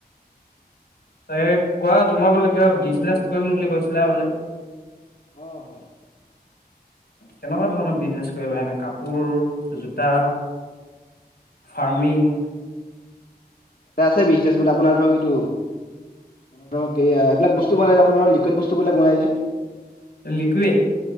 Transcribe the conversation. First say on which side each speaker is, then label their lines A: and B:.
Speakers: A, on the left; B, on the left.
A: এ
B: বাকী
A: কোৱা তোমাৰ বোলে কিবা বিজনেচ কৰিম বুলি কৈছিলা বোলে
B: অ হয়
A: কেনেকুৱা ধৰণৰ বিজনেছ কৰিবা এনে কাপোৰ, জোতা ফাৰ্মিং
B: এ আছে বিজনেচ মানে আপোনাৰ ধৰক এইটো ধৰক এয়া এইবিলাক বস্তু বনাই যে আপোনাৰ লিকুইড বস্তুবিলাক বনাই যে
A: লিকুইড